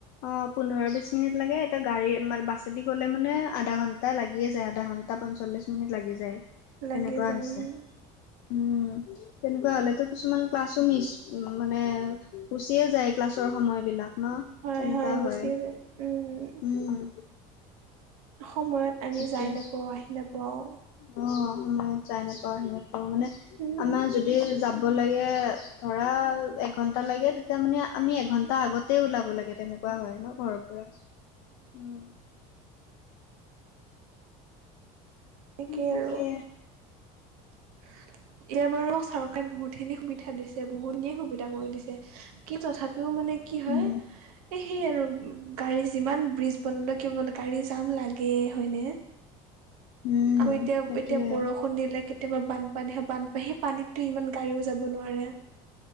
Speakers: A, on the left (about 75°); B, on the right (about 85°).
A: অ', পোন্ধৰ বিশ মিনিট লাগে, এতিয়া গাড়ী বাছে এদি গ'লে মানে আধা ঘণ্টা টা লাগিয়ে যায় আধা ঘণ্টা পঞ্চল্লিছ মিনিট লাগি যায়।
B: লাগি
A: সনেকুৱা
B: যায়
A: হৈছে
B: উম।
A: উম, তেনেকুৱা হ'লেতো কিছুমান ক্লাছো মিছ মানে গুচিয়ে যায় ক্লাছৰ সময়বিলাক ন'?
B: হয়,
A: তেনেকুৱা
B: গুচিয়ে
A: হয়,
B: যায় উম,
A: উম।
B: সময়ত আমি
A: সেইটোৱে
B: যাই নাপাওঁ আহি নাপাওঁ।
A: অ', সময়ত যাই নাপাও আহি নাপাও মানে
B: উম,
A: আমাৰ যদি যাব লাগে ধৰা এঘন্টা লাগে, তেতিয়া মানে আমি এঘন্টা আগত তে ওলাব লাগে তেনেকুৱা হয় ন' ঘৰৰ পৰা উম।
B: সেনেকেই
A: তাকে
B: আৰু। এতিয়া বাৰু চৰকাৰে বহুতখিনি সুবিধা দিছে বহুতখিনিয়ে সুবিধা কৰি দিছে কি তথাপি ও মানে কি হয়,
A: উম,
B: এই সেই আৰু। গাড়ী যিমান ব্ৰিজ বনাল কি হ'ব গাড়ী জাম লাগেই হ'য়নে?
A: উম,
B: আৰু এতিয়া,
A: সেইটোৱে।
B: এতিয়া বৰষু লষুণ দিলে কেতিয়াবা বানপানীহে বানপান, সেই পানীতটো ইমান গাড়ীও যাব নোৱাৰে।